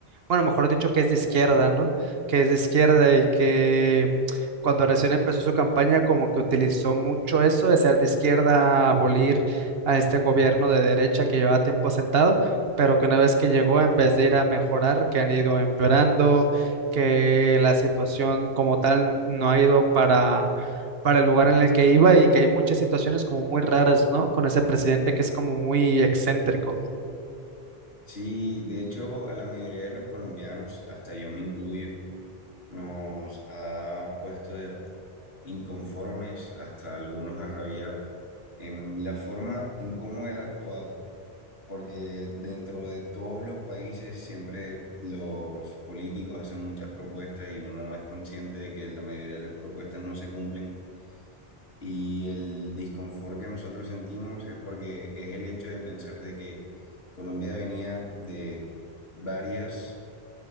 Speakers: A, on the right; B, on the left.
A: bueno, mejor dicho, que es de izquierda, ¿no? Que es de izquierda y que cuando recién empezó su campaña como que utilizó mucho eso de ser de izquierda, abolir a este gobierno de derecha que llevaba tiempo sentado, pero que una vez que llegó, en vez de ir a mejorar, que han ido empeorando, que la situación como tal no ha ido para... para el lugar en el que iba y que hay muchas situaciones como muy raras, ¿no? Con ese presidente que es como muy excéntrico.
B: Sí, de hecho, a la mayoría de los colombianos, hasta yo me incluyo, nos ha puesto de inconformes hasta algunos a rabiar en la forma en cómo él ha actuado, porque dentro de todos los países siempre los políticos hacen muchas propuestas y uno es consciente de que la mayoría de las propuestas no se cumplen y el disconfort que nosotros sentimos es porque es el hecho de pensar de que Colombia venía de varias